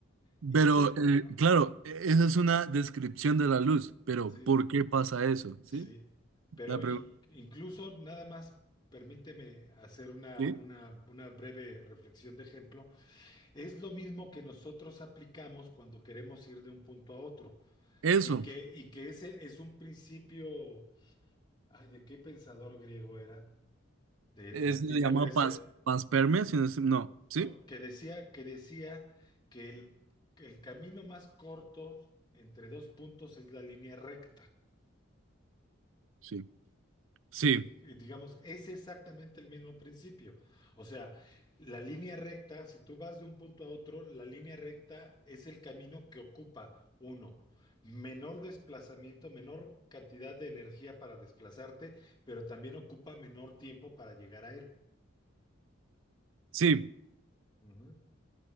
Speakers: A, on the left; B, on the right.
A: Y
B: Pero
A: es el,
B: eh,
A: ah,
B: claro, e- esa es una descripción de la luz, pero
A: sí,
B: ¿por qué pasa eso? ¿Sí?
A: sí, pero
B: La pregunta.
A: in- incluso nada más, permíteme hacer una,
B: ¿sí?
A: una, una breve reflexión de ejemplo Es lo mismo que nosotros aplicamos cuando queremos ir de un punto a otro
B: Eso.
A: y que, y que ese es un principio, ay, ¿de qué pensador griego era? De,
B: Es
A: de la antigua
B: se llama
A: Grecia,
B: pas, paspermia, si no, es- no, ¿sí?
A: ¿no? Que decía, que decía que el, que el camino más corto entre dos puntos es la línea recta.
B: Sí, sí,
A: Di- eh, Digamos, es exactamente el mismo principio. O sea, la línea recta, si tú vas de un punto a otro, la línea recta es el camino que ocupa uno. Menor desplazamiento, menor cantidad de energía para desplazarte, pero también ocupa menor tiempo para llegar a él.
B: sí,
A: Ujú.